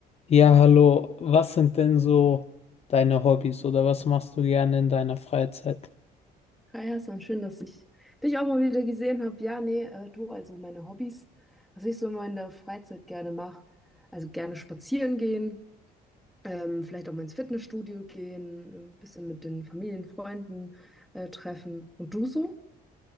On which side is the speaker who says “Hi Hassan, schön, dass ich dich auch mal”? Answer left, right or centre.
Centre